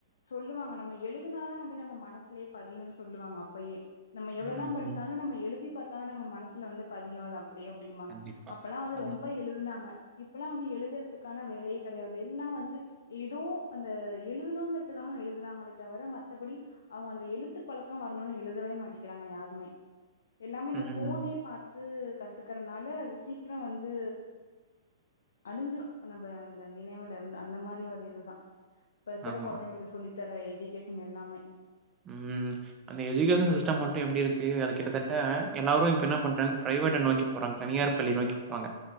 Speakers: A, on the left; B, on the right.
A: சொல்லுவாங்க நம்ம எழுதுனாதான் வந்து நம்ம மனசுலே பதியும்ன்னு சொல்லுவாங்க அப்பயே நம்ம தான்
B: ம்.
A: படிச்சால
B: ம்.
A: நம்ம எழுதி பாத்தா நம்ம மனசுல வந்து பதியும் அப் அப்படியே அப்படிம்பாங்க
B: கண்டிப்பா.
A: அப்பல்லாம் வந்து
B: ம்.
A: ரொம்ப எழுதுனாங்க இப்பல்லாம் வந்து எழுதுறதுக்கான வேலையே கெடையாது எல்லாம் வந்து ஏதோ அந்த எழுதணுங்கிறதுக்காக எழுதுறாங்களே தவிர மற்றத்தபடி அவங்க அந்த எழுத்து பழக்கம் வரணும்னு எழுதவே மாட்டேிக்கிறாங்க யாரும் உமே எல்லாமே இந்த
B: ம்.
A: போனே பாத்து கத்துக்கறனால அது சீக்கிரம் வந்து அழிஞ்சிடும் நம்ம அந்த நினைவுல இருந்து அந்த மாரி ஒரு இதுதான் இப்ப இருக்கிற
B: ஆமா.
A: கொழந்தைங்களுக்கு சொல்லித்தர ஏஜிகேஷன் எல்லாமே
B: ம் அந்த எஜுகேஷன் சிஸ்டம் மட்டும் எப்டி இருக்கு அது கிட்டத்தட்ட எல்லாரும் இப்ப என்ன பண்றாங்க பிரைவேட்ட நோக்கி போறாங்க தனியார் பள்ளி நோக்கி போறாங்க